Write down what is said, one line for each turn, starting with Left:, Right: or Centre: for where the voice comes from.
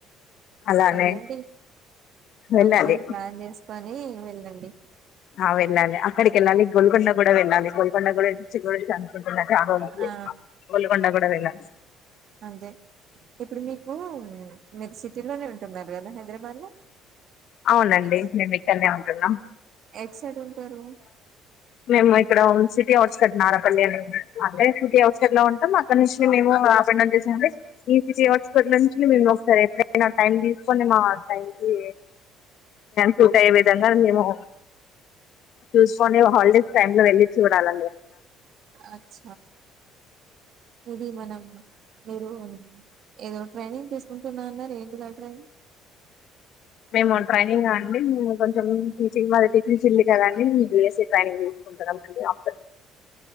Left: అలానే
Right: వెళ్ళండి
Left: వెళ్ళాలి
Right: ఒక రోజు ప్లాన్ చేస్ పని వెళ్ళండి
Left: ఆ వెళ్ళాలి అక్కడికి వెళ్ళాలి గోల్గండ కూడా వెళ్ళాలి గోల్ కొండ గురించి కూడా చానా అనుకుంటున్నా చాలా రోజులు నుంచి
Right: ఆ
Left: కొల్లాకొండ కూడా విన్న బ
Right: అంతే ఇప్పుడు మీకు మీరు సిటీలోనే ఉంటున్నారు కదా హైదరాబాద్ లో
Left: అవునండి మేము ఇక్కడనే ఉంటున్నాం
Right: ఎటు సైడ్ ఉంటారు
Left: మేము ఇక్కడ వొల్ సిటీ అవుట్స్కెట్ నారాపల్లి అని అంటే సిటీ అవుట్స్కెట్ లో ఉంటాం, అక్కడ నుంచి మేము మేము హాఫ్న్ చేసేసి ఈ సిటీ అవుట్స్కట్ నుంచి మేము ఒకసారి ఎప్పుడైనా టైం తీసుకొని మా టైం కి సూట్ అయ్యే విధంగా మేము చూసుకోని హాలిడేస్ టైమ్ లో వెళ్లి చూడాల
Right: అచ్చ ఇది మనమ్ మీరు ఏదో ట్రైనింగ్ తీసుకుంటున్న అన్నారు ఏంటిది ఆ ట్రైనింగ్
Left: మేము ట్రైనింగా అండి మేము కొంచెం టీచింగ్ మాది టీచర్ది <unintelligible> కదండి మీ బిఎస్స ట్రైనింగ్ తీసుకుంటున్నాంండి ఆఫ్టర్